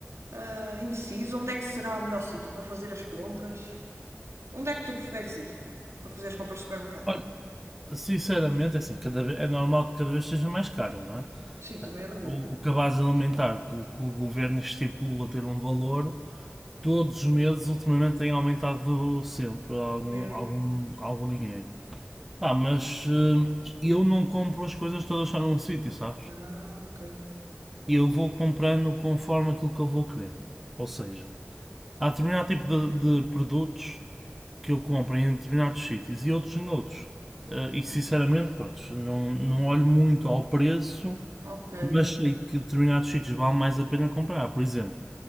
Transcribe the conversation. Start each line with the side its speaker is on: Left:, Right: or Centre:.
Right: ah, indeciso onde é que será o melhor sítio para fazer as compras. Onde é que tu preferes ir para fazer as compras de supermercado?
Centre: Olha, sinceramente, é assim, cada vez, é normal que cada vez seja mais caro, não é?
Right: Sim, também é verdade.
Centre: O, o cabaz alimentar que o, que o governo estipula ter um valor, todos os meses ultimamente tem aumentado sempre algum,
Right: Mesmo.
Centre: algum, algum dinheiro. Pá, mas eh, eu não compro as coisas todas só num sítio, sabes?
Right: Ah, ok.
Centre: Eu vou comprando conforme aquilo que eu vou querendo. Ou seja, há determinado tipo de, de produtos que eu compro em determinados sítios e outros em outros. Eh, e sinceramente, pronto, não, não olho muito ao preço,
Right: Ok.
Centre: mas sei que determinados sítios vale mais a pena comprar. Por exemplo,